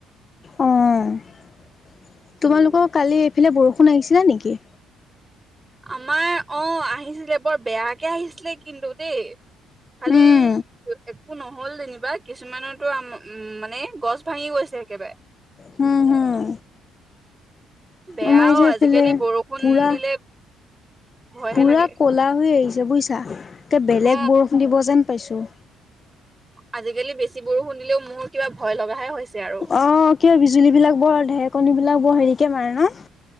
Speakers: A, on the left (about 40°); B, on the right (about 20°).
A: অঁ' তোমালোকৰ
B: উম
A: কালি এইফালে বৰষুণ আহিছিলে নেকি?
B: আমাৰ অঁ' আহিছিলে বৰ বেয়াকে আহিছিলে কিন্তু দেই। খালি-
A: উম
B: একো নহ'ল যেনিবা, কিছুমানতো আম, মানে গছ ভাঙি গৈছে একেবাৰে।
A: হুম হুম।
B: বেয়াও
A: আমাৰ যে এইফালে
B: আজিকালি বৰষুণ
A: পুৰা।
B: দিলে ভয়হে
A: পুৰা
B: লাগে
A: কলা হৈ আহিছে বুজিছা, একে বেলেগ
B: অ
A: বৰষুণ দিব যেন পাইছোঁ।
B: আজিকালি বেছি বৰষুণ দিলেও মোৰ কিবা ভয় লগাহে হৈছে আৰু।
A: অঁ, কিয় বিজুলী বিলাক বৰ, ঢেৰকণী বিলাক বৰ হেৰিকে মাৰে ন'?